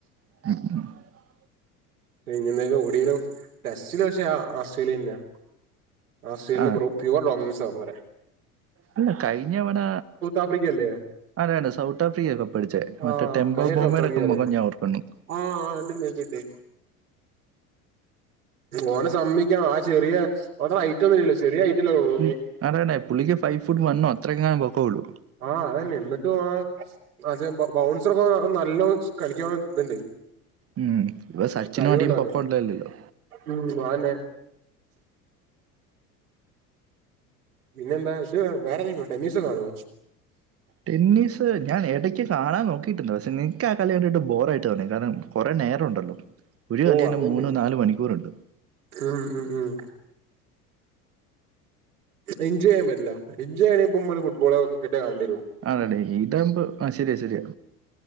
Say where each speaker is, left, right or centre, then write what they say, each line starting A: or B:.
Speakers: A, on the right; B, on the right.
A: <inaudible>
B: ഞ്ഞ എന്തായാലും ഓടിയാലും ടെസ്റ്റില് പക്ഷെ ആസ്ട്രേലിയല്ലാ ആസ്ട്രലിന്
A: ആ
B: പ്യോർ ഡോമിനോസ ആ പറേ
A: അല്ല കഴിഞ്ഞവണ
B: ആഫ്രിക്ക അല്ലേ
A: അല്ല സൗത്ത് ആഫ്രിക്കയ ഒക്കെ പഠിച്ചേ
B: ആഹ്
A: മറ്റേ ടെമ്പോ
B: കഴിഞ്ഞ വട്ടം
A: ബോമേയുടൊക്കെ
B: സൗത്ത് ആഫ്രിക്ക അല്ലേ
A: മുഖം ഞാൻ ഓക്കണു
B: ആഹ് ആഹ് അത്ണ്ട് ഓനെ സമ്മിക്കണം ആഹ് ചെറിയ ഓന ഐറ്റം ഒന്നും ഇല്ലോ ചെറിയ ഹൈറ്റല്ലേ ഉള്ളൂ ഓന്
A: ഉം അതടാ പുുള്ളിക്ക് ഫൈവ് ഫുട്ട് വണ്ണോ അത്രങ്ങാൻ പൊക്കള്ളൂ
B: ആഹ് അതെ നിന്നിട്ടു അതെ ബൗൺസർ ഒക്കെ നല്ലോ കളിക്ക ഇതുണ്ട്
A: ഉം ഇപ്പൊ സച്ചിനും
B: കഴിവുണ്ട്
A: അടിയും
B: ഓന്
A: പൊക്കം ഉണ്ടല്ലല്ലോ
B: ഉം അതന്നേ പിന്നെന്താ ഇത് വേറെ ഏതെങ്കിലും ടെനീസ് കാണോ
A: ടെന്നീസ് ഞൻ ഇടയ്ക്ക് കാണാൻ നോക്കിട്ടുണ്ട് പക്ഷെ നിക്ക് ആഹ് കല് കേണ്ടിയിട്ട് ബോറ ആയിട്ട് തന്ന കാരണം കുറെ നേരം ഉണ്ടല്ലോ ഒരു
B: ഓ
A: കലിയന്നെ
B: അതുണ്ട്
A: മൂന്ന് നാലു മണിക്കൂർണ്ട്
B: ഉം ഉം ഉം എൻജോയ് ചെയ്യാൻ പറ്റ്ല്ല എൻജോയ് ചെയണ്പമ്മള് ഫുട്ബോളോക്രിക്കറ്റോ കണ്ടിരും
A: അതതെ ഈതാകുമ്പോ ആഹ് ശരിയ ശരിയ